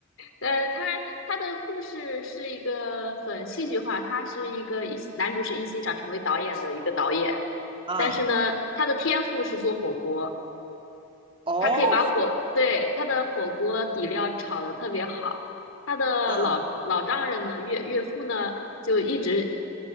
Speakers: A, on the left; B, on the right.
A: 呃，他他的故事是一个很戏剧化，他是一个一男主是一心想成为导演的一个导演，
B: 啊。
A: 但是呢，他的天赋是做火锅。
B: 哦，
A: 他可以把火，对，他的火锅底料炒得特别好。他的老老丈人呢，
B: 啊，
A: 岳岳父呢，就一直